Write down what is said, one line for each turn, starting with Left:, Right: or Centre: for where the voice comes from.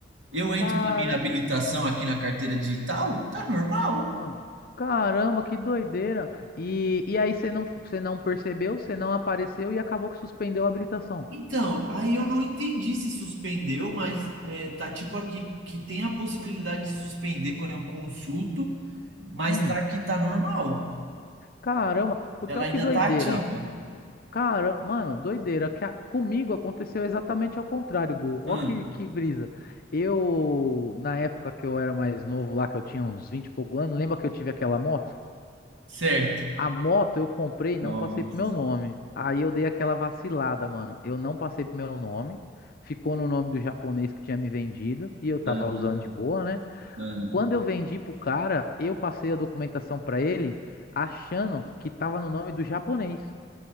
Right: Eu entro
Left: Cara,
Right: na minha habilitação aqui na carteira digital, tá normal.
Left: Ah, caramba, que doideira. E, e aí você não, você não percebeu, você não apareceu e acabou que suspendeu a habilitação.
Right: Então, aí eu não entendi se suspendeu, mas é, tá tipo aqui que tem a possibilidade de suspender quando eu consulto, mas
Left: Hum,
Right: tá que tá normal.
Left: caramba, porque
Right: Ela
Left: olha
Right: ainda
Left: que doideira.
Right: tá ativa.
Left: Cara, mano, doideira. Que a- comigo aconteceu exatamente ao contrário, Gu. Ó
Right: Hum,
Left: que, que brisa. Eu, na época que eu era mais novo lá, que eu tinha uns 20 e pouco anos, lembra que eu tive aquela moto?
Right: certo.
Left: A moto eu comprei e não
Right: Nossa.
Left: passei pro meu nome. Aí eu dei aquela vacilada, mano. Eu não passei pro meu nome. Ficou no nome do japonês que tinha me vendido e eu tava
Right: Aham,
Left: usando de boa, né?
Right: aham.
Left: Quando eu vendi pro cara, eu passei a documentação pra ele achando que tava no nome do japonês.